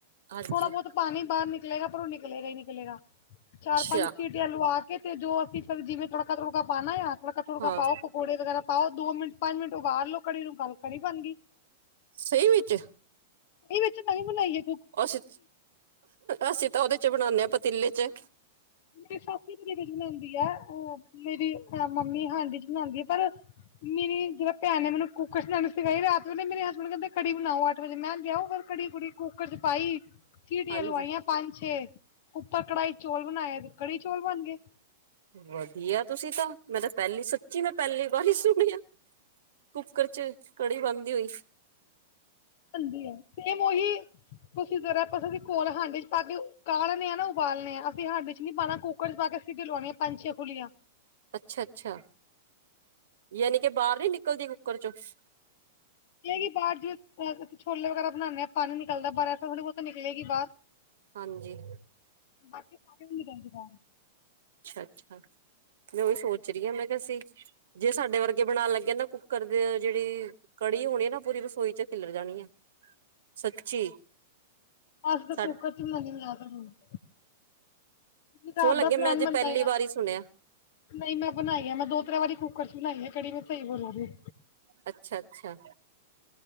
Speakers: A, on the right; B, on the left.
A: ਹਾਂਜੀ
B: ਥੋੜਾ ਬਹੁਤ ਪਾਣੀ ਬਾਹਰ ਨਿਕਲੇਗਾ ਪਰ ਉਹ ਨਿਕਲੇਗਾ ਹੀ ਨਿਕਲੇਗਾ
A: ਅੱਛਾ
B: ਚਾਰ ਪੰਜ ਸਿਟੀ ਆਲੂ ਆ ਕੇ ਤੇ ਜੋ ਅਸੀਂ ਫਿਰ ਜਿਵੇਂ ਤੜਕਾ ਤੜਕਾ ਪਾਉਣਾ ਆ ਤੜਕਾ ਤੁੜਕਾ
A: ਹਾਂ
B: ਪਾਓ ਪਕੌੜੇ ਵਗੈਰਾ ਆਓ ਦੋ ਮਿੰਟ, ਪੰਜ ਮਿੰਟ ਉਬਾਲ ਲੋ ਕੜੀ ਨੂੰ ਗੱਲ ਕੜੀ ਬਾਨ ਗੀ।
A: ਸਹੀ ਵਿੱਚ
B: ਇਹ ਵਿੱਚ ਨਵੀਂ ਬਣਾਈਏ
A: ਅਸੀਂ ਅਸੀਂ ਤਾਂ ਉਹਦੇ ਚ ਬਣਾਉਦੇ ਹਾਂ ਪਤੀਲੇ ਚ
B: ਮੇਰੀ ਸਾਥੀ ਮੇਰੇ ਵਿੱਚ ਬਣਾਉਂਦੀ ਆ ਮੇਰੀ ਮੰਮੀ ਹਾਂਡੀ ਚ ਬਣਾਉਂਦੀ ਆ ਪਰ ਮੇਰੀ ਜਿਹੜਾ ਭੈਣ ਨੇ ਮੈਨੂੰ ਕੁੱਕਰ ਸਣਾਣੀ ਸਿਖਾਈ ਰਾਤ ਨੂੰ ਮੇਰੇ ਹਸਬੈਂਡ ਕਹਿੰਦੇ ਘੜੀ ਬਣਾਓ ਅੱਠ ਵਜੇ ਮੈਂ ਲਿਆਓ ਕੜੀ ਕੁੜੀ ਕੁੱਕਰ ਚ ਪਾਈ ਸਟੀਆਂ
A: ਹਾਂਜੀ।
B: ਲਵਾਈਆਂ ਪੰਜ ਛੇ ਉੱਪਰ ਕੜਾਈ ਚੌਲ ਬਣਾਏ ਕੜੀ ਚੌਲ ਬਣ ਗਏ
A: ਵਧੀਆ ਤੁਸੀਂ ਤਾਂ ਮੈਂ ਤਾਂ ਪਹਿਲੀ ਸੱਚੀ ਮੈਂ ਪਹਿਲੀ ਵਾਰੀ ਹੀ ਸੁਣਿਆ ਕੁੱਕਰ ਚ ਕੜੀ ਬਣਦੀ ਹੋਈ
B: ਬੰਦੀ ਹੈ ਸੇਮ ਉਹੀ ਤੁਸੀਂ ਤਰ੍ਹਾਂ ਕਦੋਂ ਵੀ ਕੋਲ ਹਾਂਡੇ ਚ ਪਾ ਕੇ ਕਾਲਣੇੇ ਆ ਨਾ ਉਬਾਲਣੇ ਆ ਅਸੀਂ ਹਾਂਡੇ ਚ ਨੀ ਪਾਉਣਾ ਕੁਕਰ ਚ ਪਾ ਕੇ ਸੀਟੀਆ ਲਵਾਉਣੀਆਂ ਪੰਜ ਛੇ ਫੁੱਲੀਆਂ।
A: ਅੱਛਾ -ਅੱਛਾ ਯਾਨੀ ਕਿ ਬਾਹਰ ਨੀ ਨਿਕਲਦੀ ਨੌਕਰ ਚੋਂ <inaudible>
B: ਦੇਗੀ ਬਾਵਜੂਦ ਜੋ ਛੋਲੇ ਵਗੈਰਾ ਬਣਾਉਂਦੇ ਹਾਂ ਪਾਣੀ ਨਿਕਲਦਾ ਪਰ ਐਸਾ ਥੋੜਾ ਬਹੁਤ ਨਿਕਲੇਗੀ ਬਾਹਰ!
A: ਹਾਂਜੀ।
B: <unintelligible>
A: ਅੱਛਾ ਅੱਛਾ ਮੈਂ ਉਹੀ ਸੋਚ ਰਹੀ ਹਾਂ ਮੈਂ ਕਿਹਾ ਸੀ। ਜੇ ਸਾਡੇ ਵਰਗੇ ਬਣਾਉਣ ਲੱਗੇ ਨਾ ਕੁੱਕਰ ਦੇ ਜਿਹੜੀ ਕੜੀ ਹੋਣੀ ਆ ਨਾ ਪੂਰੀ ਰਸੋਈ ਚ ਖਿਲਰ ਜਾਣੀ ਆ ਸੱਚੀ
B: ਅੱਧ
A: ਸਾ
B: ਕੁੱਕਰ ਚ <unintelligible> ਕੀ ਰਾਤ
A: ਸੋਹਣ ਲੱਗੇ
B: ਦਾ ਪਲੈਨ
A: ਮੈਂ ਅੱਜ
B: ਬੰਦਾ
A: ਪਹਿਲੀ ਵਾਰ ਹੀ ਸੁਣਿਆ
B: ਨਹੀਂ ਮੈਂ ਬਣਾਈ ਹੈ ਮੈਂ ਦੋ ਤਰਾਂ ਵਾਰੀ ਕੁੱਕਰ ਚ ਬਣਾਈ ਹੈ ਕੜੀ ਨੂੰ ਭੇਦ ਬਣਾ ਕੇ
A: ਅੱਛਾ- ਅੱਛਾ।